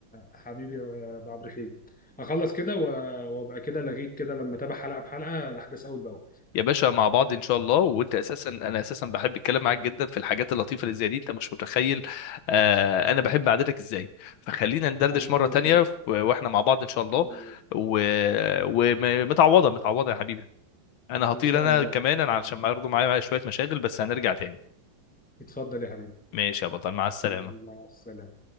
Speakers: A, in the centre; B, on the left (about 80°).
A: حبيبي يا ابو عبد الرحيم اخلص كده و- وابقى كده لغيك كده لما اتابع حلقه بحلقه الاحداث اول باول
B: يا باشا مع بعض ان شاء الله وانت اساسا انا اساسا بحب الكلام معاك جدا في الحاجات اللطيفه اللي زي دي انت مش متخيل آه انا بحب قعدتك ازاي فخلينا ندردش
A: حبيبي
B: مره
A: يا
B: تانية
A: صديقي
B: و- واحنا مع بعض ان شاء
A: ان
B: الله
A: شاء الله
B: ومتعوضه متعوضه يا حبيبي انا هطير
A: ان شاء
B: انا
A: الله
B: كمان
A: ان شاء
B: انا علشان
A: الله
B: برضه معايا معايا شويه مشاغل بس هنرجع تاني
A: اتفضل يا حبيبي
B: ماشي يا بطل مع السلامه
A: مع السلامة